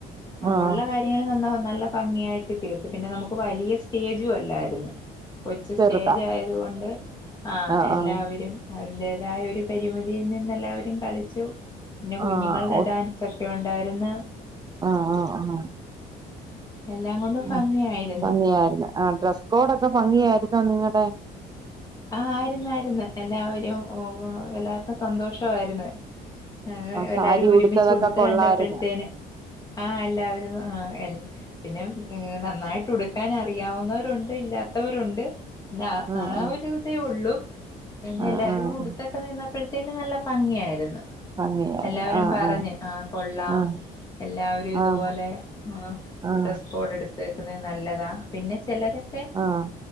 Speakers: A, on the right; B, on the left.
A: ആഹ്
B: ഉള്ള കാര്യങ്ങൾ നന്നാ- നല്ല ഭംഗിയായിട്ട് ചെയ്തു പിന്നെ നമുക്ക് വലിയ സ്റ്റേജും അല്ലായിരുന്നു കൊച്
A: ചെറുതാ
B: സ്റ്റേജ ആയത കൊണ്ട് ആ
A: ആഹ്
B: എല്ലാവരും
A: ആഹ്
B: അതിന്റെതായ ഒരു പരിമിതിയിൽ നിന്ന് എല്ലാവരും കളിച്ചു പിന്നെ കുഞ്ഞുങ്ങളുടെ
A: ആഹ് ഓ
B: ഡാൻസ് ഒക്കെ ഉണ്ടായിരുന്ന
A: ആഹ് ആഹ്
B: എല്ലാം കൊണ്ടും ഭംഗിയായിരുന്നു
A: ആ ഭംഗിയായിരന്ന് ആ ഡ്രസ് കോഡൊക്കെ ഭംഗിയായിരുന്നോ നിങ്ങടെ
B: ആഹ് ആയിരുന്നായിരുന്ന് എല്ലാവരും എല്ലാർക്കും സന്തോഷം ആയിരുന്ന് ആഹ് എല്ലാവരും
A: സാരി
B: ഒരുമിച്ചു
A: ഉടുത്തതൊക്കെ
B: ഉടുത്ത്
A: കൊള്ളായിരുന്നു
B: കണ്ടപ്പോഴത്തേന് ആ എല്ലാവരും ആഹ് എല്ലാ പിന്നെ നന്നായിട്ട് ഉടുക്കാൻ അറിയാവുന്നവരുണ്ട് ഇല്ലാത്തവരുണ്ട് പിന്നെ
A: ആഹ് ആഹ്
B: ആ ഒരു ഇതേ ഉള്ളൂ പിന്നെ
A: ആഹ്
B: എല്ലാരോടും
A: ആഹ് ആഹ്
B: ഉടുത്ത ത്തൊക്കെ നിന്നപ്പോഴത്തേന് നല്ല ഭംഗിയായിരുന്ന്
A: ഭംഗിയായിരുന്നു
B: എല്ലാവരും
A: ആഹ്
B: പറഞ്ഞ്
A: ആഹ്
B: ആ കൊള്ളാം
A: ആഹ്
B: എല്ലാവരും ഇതുപോലെ
A: ആഹ്
B: ആഹ്
A: ആഹ്
B: ഡ്രസ്സ് കോഡ് എടു ത്തേക്കുന്നെ നല്ലതാ പിന്നെ ചിലരൊക്കെ
A: ആഹ്